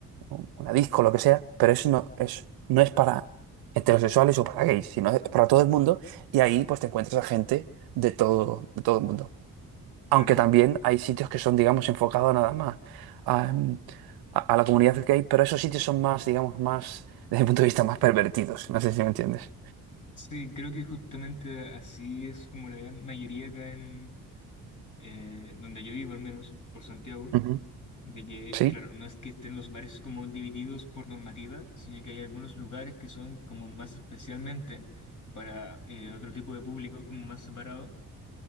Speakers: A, on the right (about 85°); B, on the left (about 55°).
A: un- una disco, lo que sea, pero eso no es, no es para heterosexuales o para gays, sino es para todo el mundo y ahí, pues, te encuentras a gente de todo, de todo el mundo.
B: claro.
A: Aunque también hay sitios que son, digamos, enfocados nada más a, mm, a- a la comunidad gay, pero esos sitios son más, digamos, más, desde mi punto de vista, más pervertidos. No sé si me entiendes.
B: Sí, creo que justamente así es como la gran mayoría acá en eh, donde yo vivo, al menos, por Santiago,
A: Ujú.
B: de que,
A: ¿Sí?
B: claro, no es que estén los bares como divididos por normativa, sino que hay algunos lugares que son como más especialmente para eh, otro tipo de público, como más separado,